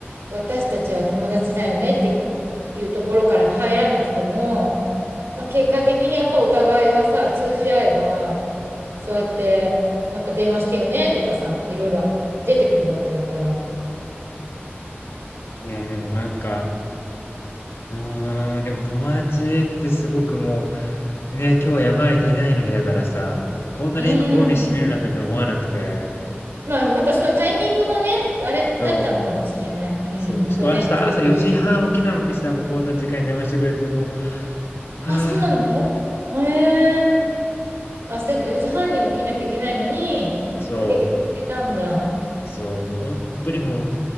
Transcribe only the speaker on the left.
うん。
いやー、でもなんか、うーん、でも友達ってすごくもう、ね、今日山あり谷ありの日だからさ、こんなに心に染みるなんて思わなくて。
そ
う、そう。しかも明日朝4時半起きなのにさ、
もうこんな時間に電話してくれてもう、
はあ。
そ
う、そう、もう本当にもう、